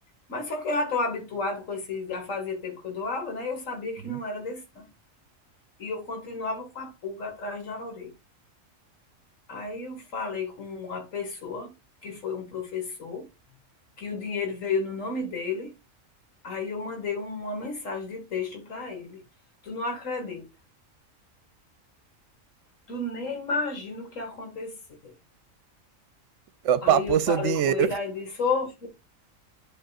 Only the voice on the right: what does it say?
Uhum.
Ela papou
seu dinheiro.